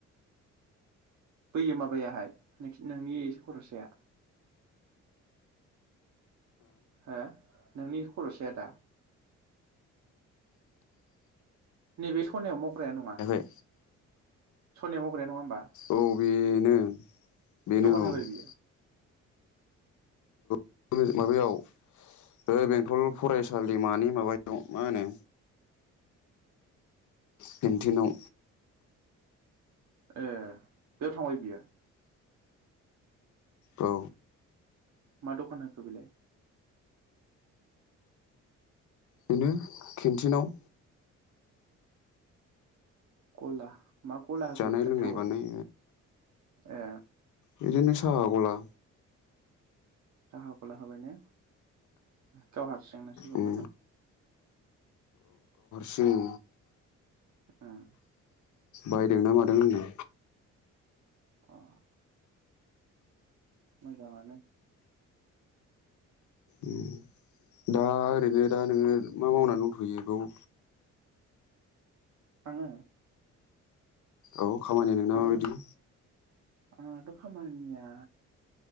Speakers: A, on the right; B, on the left.
A: बै माबायाहाय नोंसि नोंनि एसे खरसाया। हा नोंनि खर'सायादा नैबे सनायाव माव- ग्राया नङा
B: जायाखै
A: सनायाव मावग्राया नङा होमबा
B: औ बेनो बेनो
A: दखान
B: औ
A: होबाय बियो?
B: <unintelligible> माबायाव बे बेंथल फरायसालि दैमानि माबायाव मा होनो केन्टिआव।
A: ए बेयाव थांबाय बियो?
B: औ
A: मा दखान होखो बेलाय?
B: बेनो केन्टिनाव।
A: गला। मा गला होखो
B: जानाय
A: ओंखायथ'
B: लोंनाय बानाय,
A: ए
B: बिदिनो साहा गला।
A: साहा गला होबाय ने? गावहा सिं ना सोरबाफोर
B: उम
A: दं?
B: सिं।
A: उम
B: बायदोंना मादों होनो।
A: अ मोजाङानो।
B: उम दा ओरैनो दा नोङो मा मावना दंथ'यो बाव?
A: आङो?
B: औ खामानिनाय नोंना
A: आङो
B: माबायदि?
A: आंनाथ' खामानिया